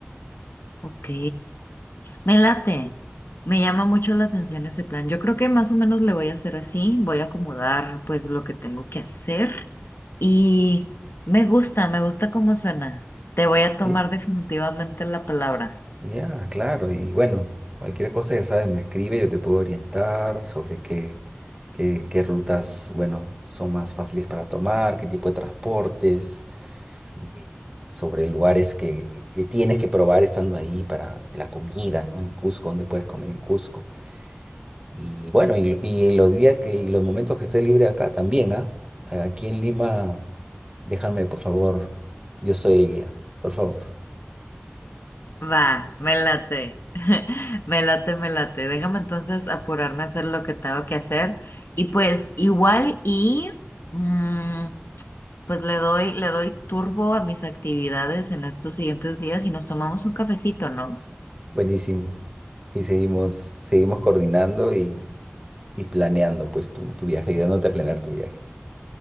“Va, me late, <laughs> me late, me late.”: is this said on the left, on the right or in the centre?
Left